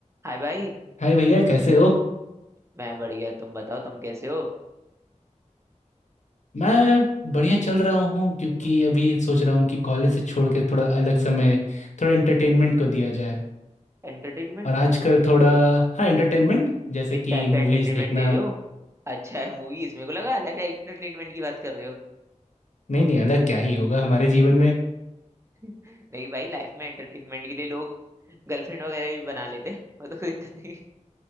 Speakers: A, on the right (about 20°); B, on the left (about 65°).
A: हाय भाई
B: हाय भैया कैसे हो
A: मैं बढ़िया तुम बताओ तुम कैसे हो
B: मैं बढ़िया चल रहा हूँ क्योंकि अभी सोच रहा हूँ कि कॉलेज से छोड़ के थोड़ा अलग समय थोड़ा एंटरटेनमेंट को दिया जाए
A: एंटरटेनमेंट
B: और आजकल थोड़ा हाँ एंटरटेनमेंट जैसे
A: किस
B: कि
A: टाइप
B: मूवीज
A: का एंटरटेनमेंट
B: देखना
A: दे रहे हो अच्छा है मूवीज मेरे को लगा अलग एंटरटेनमेंट की बात कर रहे हो
B: नहीं नहीं अलग क्या ही होगा हमारे जीवन में
A: <laughs> नहीं भाई लाइफ में एंटरटेनमेंट के लिए लोग गर्लफ्रेंड वगैरह भी बना लेते हैं वो तो कोई दिक्कत नहीं है।